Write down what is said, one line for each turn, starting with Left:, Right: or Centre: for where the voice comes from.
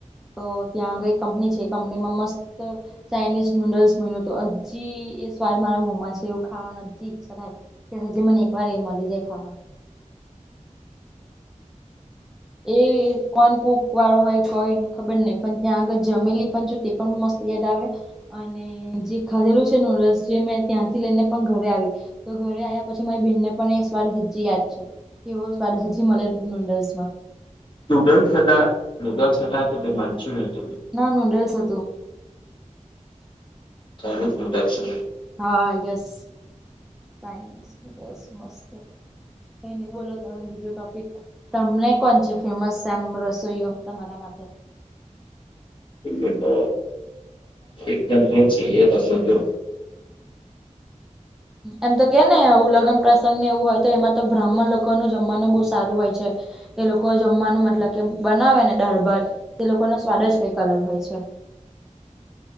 Centre: તો ત્યાં આગળ એક કંપની છે કંપનીમાં મસ્ત ચાઇનીઝ નૂડલ્સ મહિનો તો હજી એ સ્વાદ મારા મોમાં છે એવું ખાવાનું હજી ઈચ્છા થાય. કે હજી મને એક વાર એ મળી જાય ખાવા
Left: <inaudible>
Centre: એ કોણ કૂક વાળો હોય કોઈ ખબર નહ પણ ત્યાં આગળ જમેલી પણ છે. પણ મસ્તી ગેટ આવે. અને જે ખાધેલું છે ન રસ જે મેં ત્યાંથી લઈને પણ ઘરે આવી. તો ઘરે આવ્યા પછી મારી બેન ને પણ એ સ્વાદ હજી યાદ છે કેવો સ્વાદ હજી મળે. નુટશમા.
Left: નુગલ્સ હતા નૂગલ્સ હતા હતા તો વાચ્યું હતો.
Centre: ના નૂડલ્સ હતું.
Left: <inaudible>
Centre: હા યસ ચઇઝસ મસ્ત કઈ નહી બોલો તમે બીજો ટોપિક તમને કોણ છે ફેમસ સામ રસોઈઓ તમારા માટે
Left: એ તો એકદમ રે છે એ તો શો જો.
Centre: એમ તો કે ને આવું લગ્ન પ્રસંગ ને એવું હોય તો એમાં તો બ્રાહ્મણ લોકો નુ જમવાનું બહુ સારું હોય છે. એ લોકો જમવાનું મતલબ કે બનાવે ને દાળ ભાત એ લોકોનો સ્વાદ જ કંઈક અલગ હોય છે.